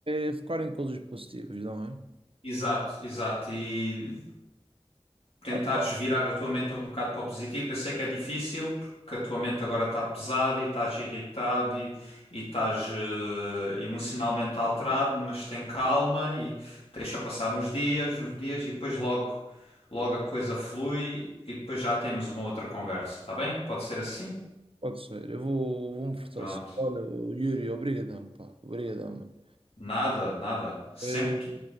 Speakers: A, on the right; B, on the left.
A: é focar em coisas positivas, não é?
B: Exato, exato. E tentares
A: Ah, pá,
B: virar a tua mente um bocado para o positivo. Eu sei que é difícil, porque a tua mente agora está pesada e estás irritado e, e estás eh, emocionalmente alterado, mas tem calma e deixa passar uns dias, uns dias e depois logo, logo a coisa flui e depois já temos uma outra conversa, está bem? Pode ser assim?
A: pode ser. Eu vou, vou me fortalecer.
B: Pronto.
A: Olha, Yuri, obrigadão, pá. Obrigadão, mano.
B: Nada, nada. Sempre,
A: Eh,